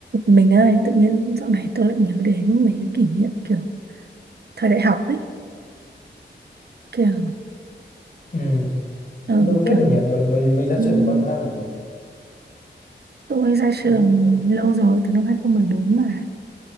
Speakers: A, on the right; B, on the left.
A: Mình ơi, tự nhiên dạo này tôi lại nhớ đến mấy cái kỷ niệm kiểu thời đại học ấy, kiểu
B: Ừ.
A: ờ,
B: Lâu phết
A: kiểu
B: rồi nhỉ mình mình mình ra
A: ừm,
B: trường được bao nhiêu năm rồi nhỉ
A: tôi ra
B: Tính
A: trường
B: ra cũng
A: lâu rồi từ năm 2014 mà.